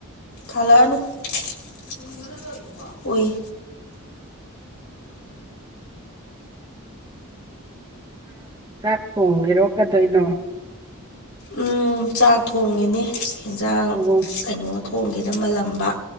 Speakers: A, on the left; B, on the right.
A: ꯊꯂꯅ ꯑꯣꯏꯣꯏ
B: ꯆꯥꯛ ꯊꯣꯡꯕꯤꯔꯣ ꯀꯗꯣꯏꯅꯣ
A: ꯎꯝ ꯆꯥꯛ ꯊꯣꯡꯉꯤꯅꯤ ꯑꯦꯟꯖꯥꯡ
B: ꯑꯣ
A: ꯀꯩꯅꯣ ꯊꯣꯡꯒꯦꯅ ꯃꯥꯜꯂꯝꯕ